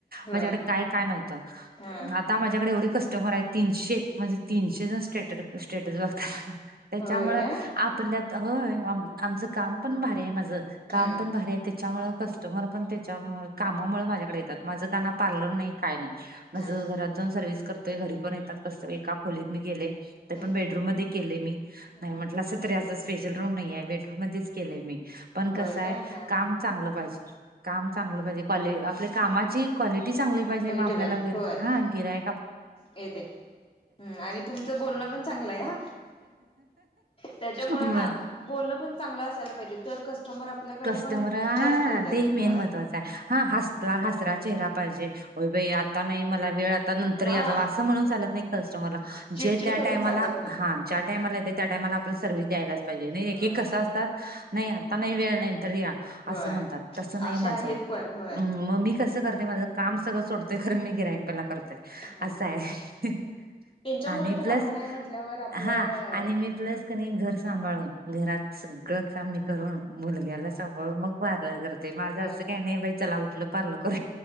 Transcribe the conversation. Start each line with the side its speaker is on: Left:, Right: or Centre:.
Left: होय
Right: माझ्याकडे काय काय नव्हतं.
Left: हा.
Right: आता माझ्याकडे एवढी कस्टमर आहे तीनशे म्हणजे तीनशे जण स्टेट स्टेटस बघतात. त्याच्यामु
Left: होय काय
Right: आपल्यात ह
Left: हा
Right: आमचं काम पण भारी आहे माझ काम
Left: हम्म
Right: पण. भारी हाय त्याच्यामुळे कस्टमर पण त्याच्या कामामुळे माझ्याकडे येतात. माझं काना पार्लर नाही काय नाही माझं
Left: हा
Right: घरात. सर्वस करतोय घरी पण येतात कस एका खोलीत मी गेले. ते
Left: ह
Right: पण बेडरूम मध्ये केले मी
Left: ह
Right: नाही म्हटलं
Left: ह
Right: असं तरी असं स्पेशल रूम नाही आहे बेडरूम मध्ये. केले मी पण कसंय
Left: होय काय हा
Right: काम चांगलं पाहिजे. काम चांगलं पाहिजे क्वाल आपल्या कामाची क्वालिटी चांगली पाहिजे मग
Left: ठेवायची
Right: आपल्याला गिरा
Left: होय
Right: हा गिराय.
Left: येते हम् आणि तुमचं बोलणं पण चांगलंय हा. त्याच्यामुळे
Right: मग
Left: हा बोलणं पण चांगलं असायला पाहिजे तर कस्टमर. आपल्याकड
Right: कस्टमर
Left: पण
Right: हा
Left: जास्त येतात.
Right: तेही मेन
Left: हा
Right: महत्वा आहे हा हसला हसरा चेहरा पाहिजे हो बाई आता नाही मला वेळ. आता नंतर
Left: हा
Right: या जाव असं म्हणून चालत नाही कस्टमरला
Left: चिडचिड
Right: जे त्या
Left: करून
Right: टाइमाला
Left: चालत नाही
Right: हा. टाला येत त्या टाला आपला सर्व्हस द्यायलाच पाहिजे
Left: होय
Right: कसं असतात नाही आता नाही वेळ. नंतर या
Left: होय
Right: अस म्हणतात तसं नाही
Left: अशा
Right: माझं
Left: आहेत पण होय
Right: मग मी कसं करतय माझं काम सगळं सोडतय खर मी गियक पल्याला करतोय.
Left: हा
Right: असं
Left: हा
Right: आहे
Left: त्यांच्यामुळे
Right: आणि
Left: तर
Right: प्लस
Left: आपण आहे म्हटल्यावर आपलं
Right: हा आणि मी. आप क घर सांभाळून घरात सगळं का. ून मुलग्याला सभाळून मग बार. ते माझं
Left: होय
Right: असं काही नाही बा चला उठलं पलं कर